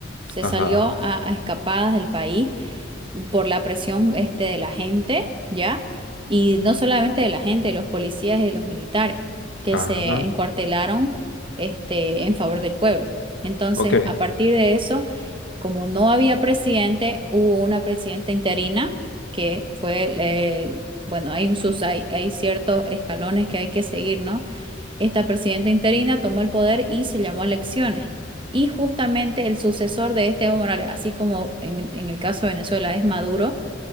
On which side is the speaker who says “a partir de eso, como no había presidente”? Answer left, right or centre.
Right